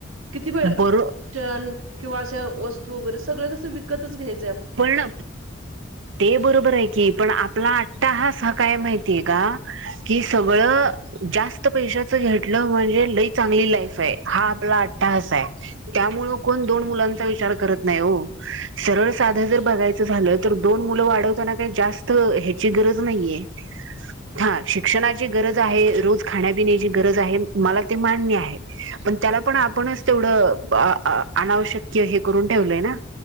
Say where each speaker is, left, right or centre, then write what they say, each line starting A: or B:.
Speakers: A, on the right; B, on the right.
A: किती वेळण
B: बर
A: <unintelligible> किंवा अशा वस्तू वगैरे सगळळे कसं विकतच घ्यायच,
B: पण ते बरोबर आहे की पण आपला अट्टाहास, काय माहितीय का कि सगळं जास्त पैशाच घेटला म्हणजे लई चांगली लाईफ आहे हा आपला अट्टाहास त्यामुळेण दोन मुला च विचार करत नाहीओ सरळ साध जर बघायच झालं तर दोन मुलं वाढवताना काही जास्त ह्याची गरज नाहीय. हा शिक्षणा, शिक्षणाची गरज आहे रोज खण्या पिण्याची गरज आहे मला ते मान्य आहे.. तेला पण आपणच तेवढं अ अ अनावश्यक हे करून ठेवलाय ना